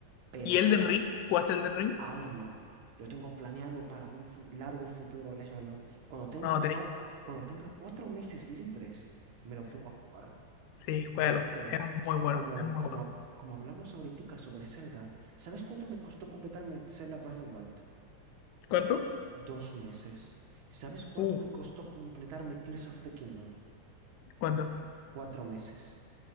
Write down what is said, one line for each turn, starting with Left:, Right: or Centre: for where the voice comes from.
Right: Pero
Left: ¿Y Elden Ring? ¿Jugaste Elden Ring?
Right: Aún no. Lo tengo planeado para un fu- largo futuro lejano. Cuando tenga
Left: No,
Right: cuatro,
Left: tenés.
Right: cuando tenga cuatro meses libres, me lo pongo a jugar.
Left: Sí, juégalo.
Right: Porque,
Left: Es muy bueno,
Right: como,
Left: es muy
Right: como,
Left: bueno.
Right: hab- como hablamos ahorita sobre Zelda, ¿sabes cuánto me costó completarme Zelda Breath of the Wild?
Left: ¿Cuánto?
Right: Dos meses. ¿Sabes cuánto
Left: Uh,
Right: me costó completarme Tears of the Kingdom?
Left: ¿cuánto?
Right: Cuatro meses.